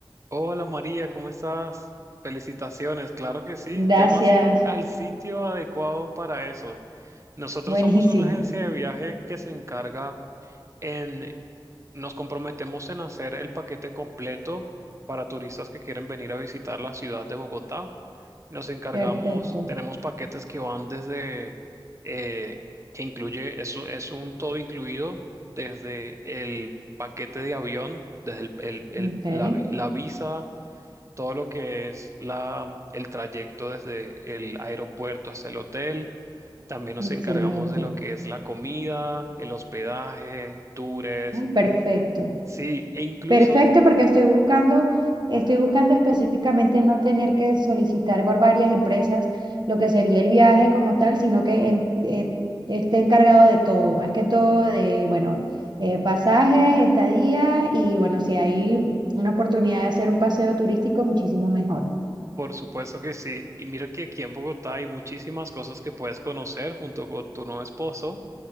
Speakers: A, on the right; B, on the right.
A: hola María, ¿cómo estás? Felicitaciones, claro que sí,
B: Gracias.
A: llamas al sitio adecuado para eso. Nosotros
B: Buenísimo.
A: somos una agencia de viaje que se encarga en, nos comprometemos en hacer el paquete completo para turistas que quieren venir a visitar la ciudad de Bogotá. Nos encargamos,
B: Perfecto.
A: tenemos paquetes que van desde, eh, que incluye, es, un- es un todo incluido, desde el paquete de avión, desde el- el- el-
B: Ok,
A: la, vi- la visa, todo lo que es la, el trayecto desde el aeropuerto hasta el hotel también nos
B: excelente.
A: encargamos de lo que es la comida, el hospedaje, tours.
B: Ay, perfecto.
A: Sí, e incluso,
B: Perfecto, porque estoy buscando, estoy buscando específicamente no tener que solicitar por varias empresas lo que sería el viaje como tal, sino que en- eh, esté encargado de todo, más que todo de, bueno, eh, pasajes, estadía y bueno, si hay una oportunidad de hacer un paseo turístico, muchísimo mejor.
A: por supuesto que sí. Y mira que aquí en Bogotá hay muchísimas cosas que puedes conocer junto con tu nuevo esposo.